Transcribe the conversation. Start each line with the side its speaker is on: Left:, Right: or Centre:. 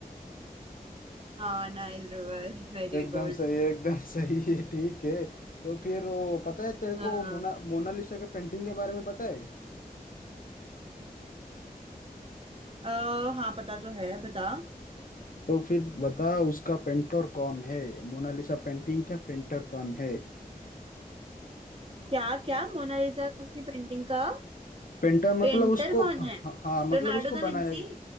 Right: हाँ नाइल रिवर Very
Left: एकदम
Right: good
Left: सही एकदम सही है ठीक है तो फिर वो पता है तेरे
Right: हाँ
Left: को मोना मोनालिसा के पेंटिंग के बारे में पता है
Right: अ, हाँ पता तो है बता
Left: तो फिर बता उसका पेंटर कौन है मोनालिसा पेंटिंग का पेंटर कौन है
Right: क्या क्या मोनालिसा की पेंटिंग का
Left: पेंटर मतलब
Right: पेंटर
Left: उसको
Right: कौन
Left: हाँ
Right: है
Left: हाँ,
Right: Leonardo
Left: मतलब उसको बनाया
Right: da Vinci
Left: किस